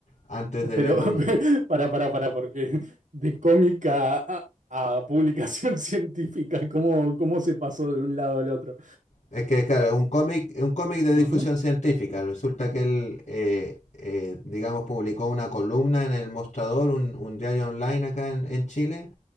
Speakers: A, on the left; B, on the right.
A: antes de
B: Pero,
A: ver
B: <laughs>
A: un...
B: para, para, para, porque de cómica a, a publicación <laughs> científica, ¿cómo, cómo se pasó de un lado al otro?
A: Es que, claro, es un cómic, es un cómic de
B: Ujú.
A: difusión científica. Resulta que él, eh, eh, digamos, publicó una columna en el Mostrador, un, un diario online acá en en Chile